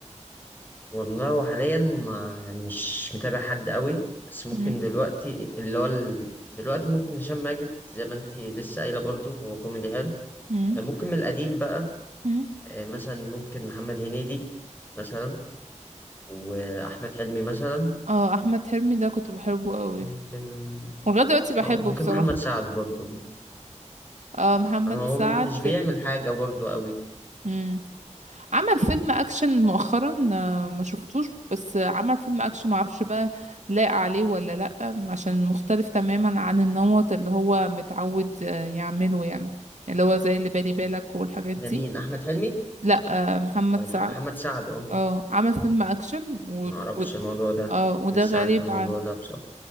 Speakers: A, on the left; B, on the right.
A: والله وحاليا ما يعني مش متابع حد قوي بس ممكن
B: مم.
A: دلوقتي اللي هو ال... دلوقتي ممكن هشام ماجد زي ما انتي لسه قايلة برضو هو كوميدي حلو
B: مم.
A: آه، ممكن من القديم بقى
B: مم.
A: آه، مثلا ممكن محمد هنيدي مثلا واحمد حلمي مثلا
B: اه احمد حلمي ده كنت بحبه قوي
A: وممكن
B: ولغايه دلوقتي بحبه
A: اه ممكن
B: بصراحة
A: محمد سعد برضو
B: اه محمد
A: يعني هو
B: سعد
A: مش بيعمل حاجه برضو قوي
B: مم. عمل فيلم اكشن مؤخرا آه، ما شفتوش بس آه، عمل فيلم اكشن ما اعرفش بقى لايق عليه ولا لا عشان مختلف تماما عن النمط اللي هو متعود آه، يعمله يعني اللي هو زي اللي بالي بالك والحاجات
A: ده
B: دي
A: مين احمد حلمي
B: لا آه، محمد
A: ولا مح-
B: سعد
A: محمد سعد اه
B: اه عمل فيلم اكشن و...
A: ما اعرفش
B: و...
A: الموضوع ده
B: اه وده
A: لسه
B: غريب
A: عارف الموضوع
B: عن
A: ده بصراحه